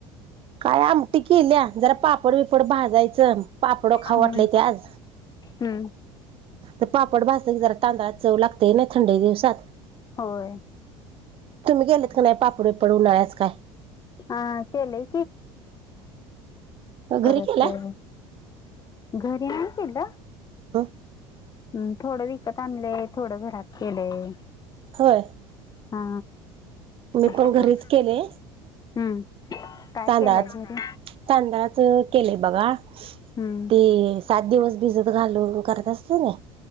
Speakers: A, on the right (about 35°); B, on the left (about 25°).
A: काय आमटी केल्या जरा पापड विपड भाजायचं पापड खाऊटलाय
B: हम्म.
A: ते आज.
B: हम्म.
A: तर पापड भाजत की जरा तांदळा चव लागतेय ना थंडी दिवसात.
B: होय.
A: तुम्ही गेले नाही पापडे पडून न्याच काय
B: हा केलंय
A: घरी
B: परतअ
A: केलाय
B: घरी नाही केलं
A: हा.
B: हम्म थोड विकत आणलंय, थोडं घरात केलंय
A: होय.
B: हा.
A: मी
B: असं.
A: पण घरीच केले.
B: हम्म काय
A: तांदळाचं,
B: केलंय घरी?
A: तांदळाचं केले बघा
B: हम्म.
A: ते सात दिवस भिजत घालून करत असते ना